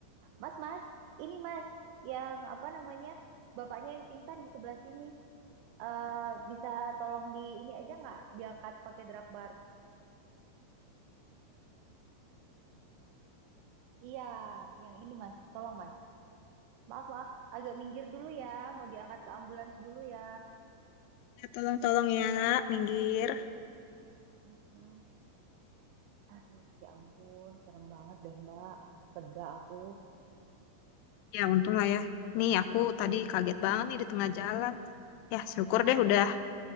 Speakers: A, on the right (about 85°); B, on the left (about 85°).
A: Mas, Mas. Ini, Mas. Yang apa namanya? Bapaknya yang pingsan di sebelah sini. Eh, bisa tolong di ini aja nggak? Diangkat pakai drag bar Iya, yang ini, Mas. Tolong, Mas. Maaf, maaf. Agak minggir dulu ya. Mau diangkat ke ambulans dulu ya.
B: Ya, tolong-tolong ya, minggir.
A: Mm-mm. Aduh, ya ampun. Serem banget deh, Mbak. Lega aku.
B: Ya, untung lah ya. Nih, aku tadi kaget banget nih di tengah jalan. Ya, syukur
A: Iya.
B: deh udah